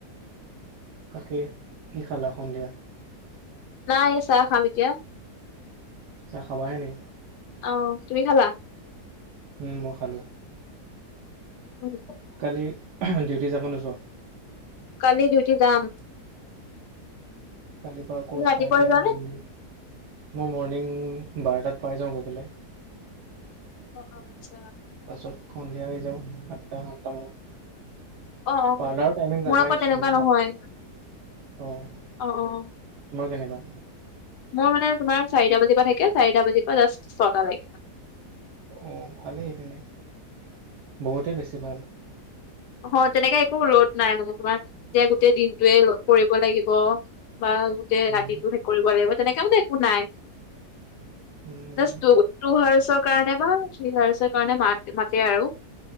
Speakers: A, on the right (about 85°); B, on the left (about 80°).
A: তাকে কি খালা সন্ধিয়া।
B: নাই এই চাহ খাম এতিয়া।
A: চাহ খাবায়ে নি।
B: অ', তুমি খালা।
A: উম মই খালো।
B: উম।
A: কালি ডিউটি যাবা নে নোযোৱা?
B: কালি ডিউটি যাম।
A: কালিৰ পৰা আকৌ
B: তুমি ৰাতিপুৱাই
A: ষ্টাৰ্টে,
B: যোৱা নে?
A: মই মৰ্ণিং বাৰটাত পাই যাওঁ গৈ পেলাই।
B: অ', অ', আচ্ছা!
A: পাছত সন্ধিয়া আহি যাওঁ সাতটা আঠটা মানত।
B: অ', অ',
A: পাৰ্লাৰৰ টাইমিং জানাইচোন,
B: মোৰ আকৌ তেনেকুৱা নহয়।
A: অহ।
B: অ', অ',
A: তোমাৰ কেনেকুৱা?
B: মোৰ মানে তোমাৰ চাৰিটা বাজিৰ পৰা থাকে, চাৰিটা বাজিৰ পৰা জাষ্ট ছটা লেকে।
A: অ', ভালেই তেনে, বহুতেই বেছি ভাল।
B: অ', তেনেকে একো লড নাই মানে তোমাৰ যে গোটেই দিনটোৱে কৰিব লাগিব। বা গোটেই
A: উম,
B: ৰাতিটো শেষ কৰিব লাগিব, তেনেকে মানে একো নাই।
A: উম,
B: জাষ্ট টু হাৰ্চৰ কাৰণে বা থ্ৰী হাৰ্চৰ কাৰণে মা-মাতে আৰু।